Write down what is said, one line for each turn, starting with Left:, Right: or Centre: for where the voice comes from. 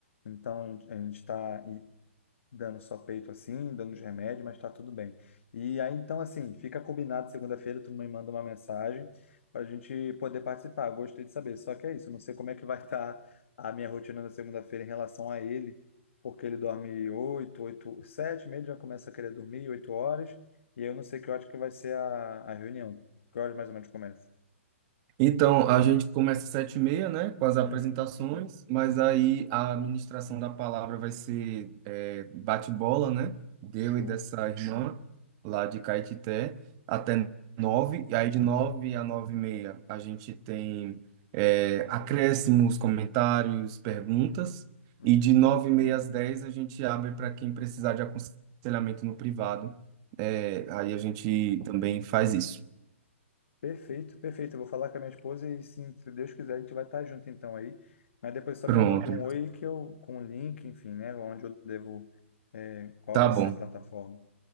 Left: Então a gente tá dando só peito assim, dando os remédios, mas tá tudo bem. E aí, então, assim, fica combinado segunda-feira, tu me manda uma mensagem para a gente poder participar. Gostei de saber. Só que é isso, não sei como é que vai estar a minha rotina na segunda-feira em relação a ele, porque ele dorme oito, oito, sete, meio, ele já começa a querer dormir, oito horas, e eu não sei que hora que vai ser a, a reunião. Que horas mais ou menos começa?
Right: Então, a gente começa às sete e meia, né, com as apresentações,
Left: Uhum,
Right: mas aí a administração da palavra vai ser é, bate-bola, né, deu
Left: show.
Right: e dessa irmã lá de Caetité, até nove, e aí de nove a nove e meia a gente tem é, acréscimos, comentários, perguntas,
Left: Uhum.
Right: e de nove e meia às dez a gente abre para quem precisar de aconselhamento no privado, é, aí a gente também faz isso.
Left: Perfeito, perfeito. Eu vou falar com a minha esposa e sim, se Deus quiser, a gente vai estar junto então aí. Mas depois só
Right: Pronto,
Left: me manda um oi que eu, com o link, enfim, né? Onde eu devo, é, qual
Right: tá
Left: vai
Right: bom.
Left: ser a plataforma.